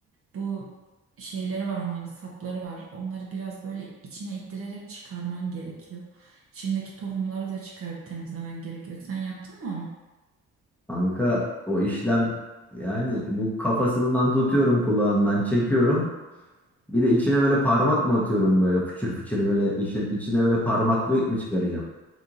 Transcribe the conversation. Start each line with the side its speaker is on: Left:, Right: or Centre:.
Right: Bu şeyleri var onların sapları var. Onları biraz böyle içine ittirerek çıkarman gerekiyor. İçindeki tohumları da çıkarıp temizlemen gerekiyor. Sen yaptın mı onu?
Centre: Kanka o işlem yani bu kafasından tutuyorum kulağından çekiyorum. Bir de içine böyle parmak mı atıyorum böyle fıçır fıçır böyle işin içine böyle parmaklayıp mı çıkaracağım?